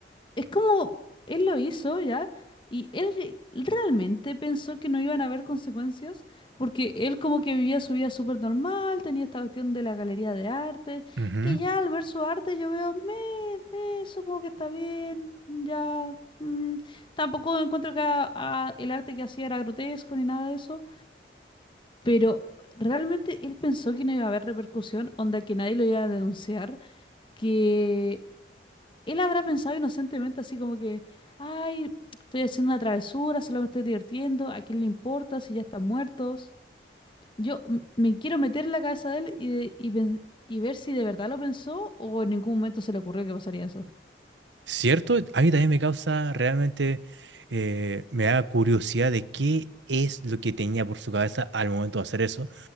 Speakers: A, on the left; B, on the right.
A: Es como él lo hizo ya y él re- realmente pensó que no iban a haber consecuencias porque él como que vivía su vida súper normal, tenía esta cuestión de la galería de arte,
B: Ujú.
A: que ya al ver su arte yo veo, me, me, supongo que está bien, ya. mm, Tampoco encuentro que a- a- el arte que hacía era grotesco ni nada de eso, pero realmente él pensó que no iba a haber repercusión, onda que nadie lo iba a denunciar, que él habrá pensado inocentemente así como que, ay, estoy haciendo una travesura, solo me estoy divirtiendo, ¿a quién le importa si ya están muertos? Yo m- me quiero meter en la cabeza de él y, de- y, pen- y ver si de verdad lo pensó o en ningún momento se le ocurrió que pasaría eso.
B: ¿Cierto? A mí también me causa realmente, eh, me da curiosidad de qué es lo que tenía por su cabeza al momento de hacer eso.